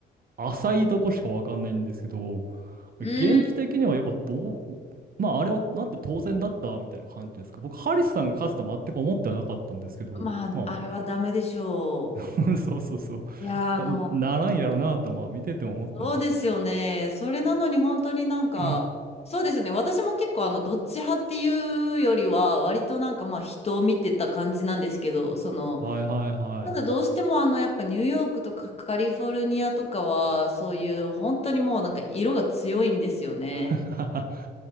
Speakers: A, on the right; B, on the left.
A: 浅いとこしかわかんないんですけど、
B: うん。
A: 現地的にはやっぱどう、まああれはなって当然だったみたいな感じですか。僕、ハリスさんが勝つとは全く思ってはなかったんですけど、
B: まあ、
A: まあ
B: あれはダメでしょ
A: <laughs> そうそうそう、
B: う。いやー、あの、
A: なんかならんやろうなとまあ見てても思ってたんですけど。
B: そうですよね。
A: <laughs>
B: それなのに本当になんか、
A: <clears throat>
B: そうですね。私も結構あの、どっち派っていうよりは、割となんかまあ人を見てた感じなんですけど、その、
A: はいはいはい。
B: ただどうしてもあの、やっぱニューヨークとかカリフォルニアとかは、そういう本当にもうなんか色が強いんですよね。
A: <laughs>